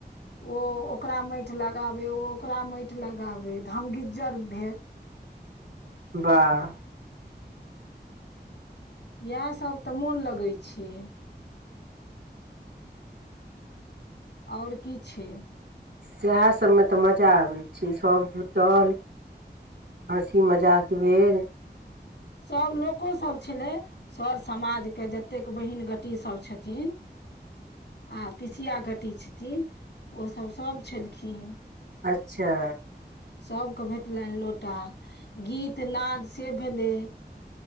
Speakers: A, on the left (about 85°); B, on the right (about 85°).
A: ओ ओकरा माटि लगाबै ओ ओकरा माटि लगाबै धमगिज्जर भेल।
B: वाह।
A: इएहसभ तऽ मोन लगै छै। आओर की छै।
B: सएह सभमे तऽ मजा आबैत छै सभ जुटल हँसी मजाक भेल।
A: सभ लोकोसभ छलै सर समाजके जतेक बहिन गटी सभ छथिन।
B: <unintelligible>
A: आ पिसिया गटी छथिन ओसभ सभ छलखिन।
B: अच्छा
A: सभके भेटलनि लोटा गीत नाद से भेले।